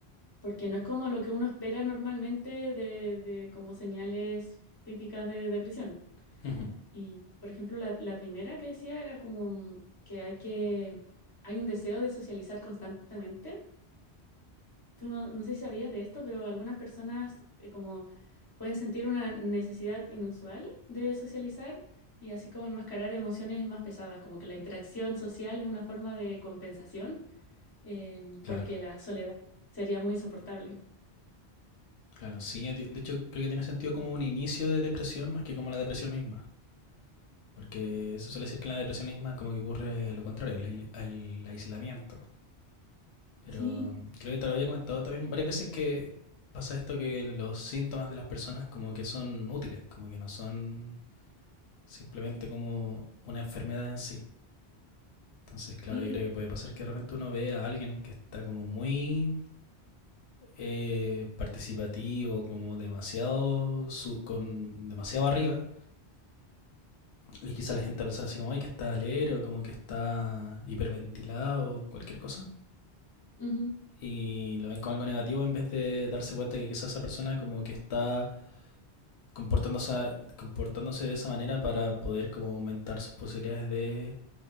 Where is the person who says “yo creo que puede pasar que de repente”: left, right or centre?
Left